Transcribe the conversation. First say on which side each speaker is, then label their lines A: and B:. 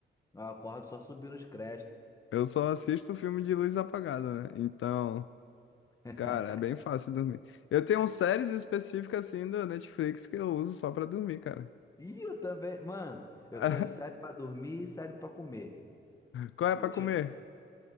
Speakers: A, on the left; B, on the left.
A: Eu acordo só subindo os créditos.
B: Eu só assisto filme de luz apagada, né? Então.
A: <laughs>
B: Cara, é bem fácil dormir. Eu tenho séries específicas assim da Netflix que eu uso só pra dormir, cara.
A: Ih, eu também. Mano, eu
B: <laughs>
A: tenho série pra dormir e série pra comer.
B: Qual
A: <laughs>
B: é pra comer?